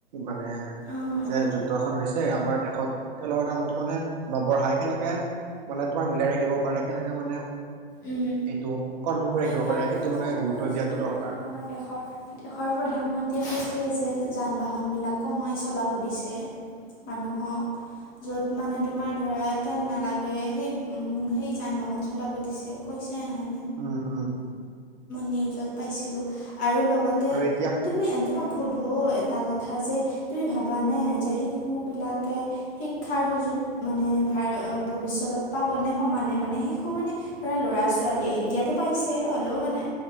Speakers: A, on the right (about 45°); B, on the left (about 30°).
A: মানে
B: অ',
A: যে,
B: অ',
A: যুদ্ধখন হৈছে আমাৰ দেশত তেলৰ দামটো মানে নবঢ়াই কেনেকে মানে তোমাৰ মিলাই ৰাখিব পাৰে কেনেকা মানে
B: উম।
A: এইটো কন্ট্ৰল কৰি ৰাখিব
B: এইকাৰণেতো
A: পাৰে সেইটো মানে গুৰুত্ব
B: কৈছে
A: দিয়াটো দৰকাৰ
B: নহয়, আমাৰ দেশৰ, দেশৰ প্ৰধানমন্ত্ৰীয়ে কৈছে যে, যান বাহন বিলাক কমাই চলাব দিছে মানুহক য'ত মানে তোমাৰ ধৰা তেল নালাগে সেই উম, সেই যান বাহন চলাব দিছে কৈছে নহয়
A: উম, উম।
B: নিউজত পাইছিলো আৰু লগতে
A: আৰু এতিয়া
B: তুমি তোমাৰ সোধো এটা কথা যে, তুমি ভাবানে? যে, শিশু বিলাকে শিক্ষাৰ সুযোগ মানে ভ ভৱিষ্যতত পাবনে সমানে? মানে শিশু মানে ধৰা ল'ৰা ছোৱালীয়ে এতিয়াতো পাইছে হ'লেও মানে